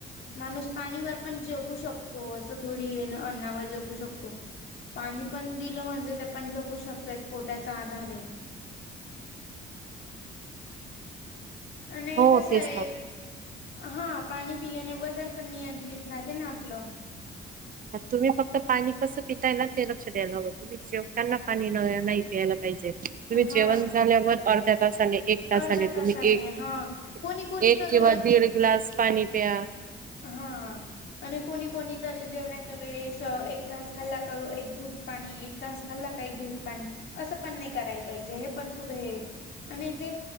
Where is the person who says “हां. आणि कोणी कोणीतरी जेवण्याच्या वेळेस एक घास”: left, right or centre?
Left